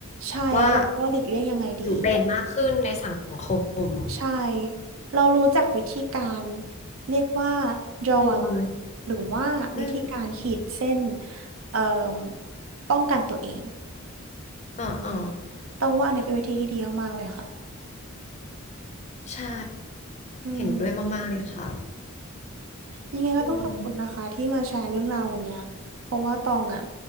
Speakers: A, on the right (about 65°); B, on the left (about 30°).
A: ใช่แล้วเราก็หลีกเลี่ยงยังไงดี
B: ว่าอยู่เป็นมากขึ้นในสังคม
A: ใช่เรารู้จักวิธีการเรียกว่า draw
B: อืม
A: a line หรือว่าวิธีการขีดเส้น
B: อืมอืม
A: เอ่อป้องกันตัวเอง
B: อ๋ออ๋อ
A: ต้องว่าอันเนี้ยเป็นวิธีที่ดีมากๆเลยค่ะ
B: ใช่
A: อืม
B: เห็นด้วยมากๆเลยค่ะ
A: ยังไงก็ต้องขอบคุณนะคะที่มาแชร์เรื่องราววันเนี้ยเพราะว่าตองอ่ะ
B: อืม